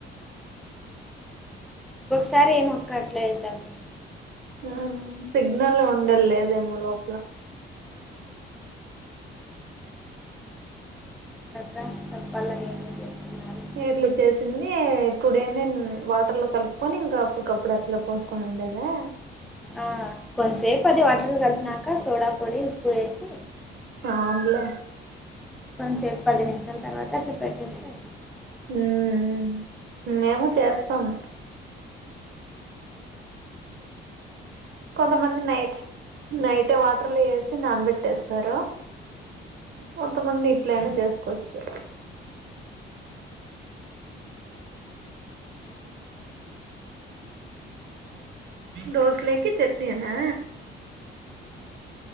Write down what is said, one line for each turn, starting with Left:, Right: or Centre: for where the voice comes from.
Centre: ఒక్కొక్కసారి ఏం అక్క అట్లా అయితాం
Right: ఆ సిగ్నల్ ఉండలేదేమో లోపల
Centre: చక్క చప్పాల ఏమేం చేస్తున్నారు
Right: ఇట్లు చేసింది టుడే నేను వాటర్ లో కలుపుకొని ఇంకా అప్పటికప్పుడు అట్లా పోసుకోనిండేదా
Centre: ఆ కొంతసేపు అది వాటర్ కలిపినాక సోడా పొడి ఉప్పు వేసి
Right: ఆనులే
Centre: కొంచసేపు పది నిమిషాల తర్వాత అట్లా పెట్టేస్తే
Right: ఉ ఉ మేము చేస్తాము కొంతమంది నైట్ నైటే వాటర్లు ఏసి నానబెట్టేస్తారు కొంతమంది ఇట్లైనా చేసుకోవచ్చు దోసలేకి చట్నీ అనా